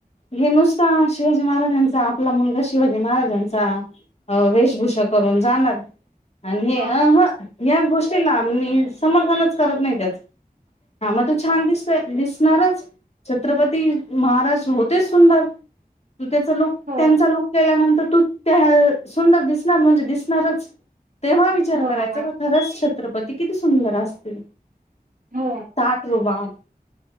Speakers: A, on the left; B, on the right.
A: हे नुसता शिवाजी महाराजांचा आपला मुलगा शिवाजी महाराजांचा अ वेशभूषा करून जाणार आणि हे
B: हा
A: अ ह या गोष्टी ना मी समर्थनच करत नाही. त्याच हा मग तू छान दिसतोय दिसणारच छत्रपती महाराज होतेच सुंदर तू त्याचा लूक
B: हो
A: त्यांचा लूक केल्यानंतर तू त्या सुंदर दिसणार म्हणजे दिसणारच तेव्हा विचार
B: बरोबर
A: करायचा का खरंच छत्रपती किती सुंदर असतील
B: हो
A: ताठ रुबाब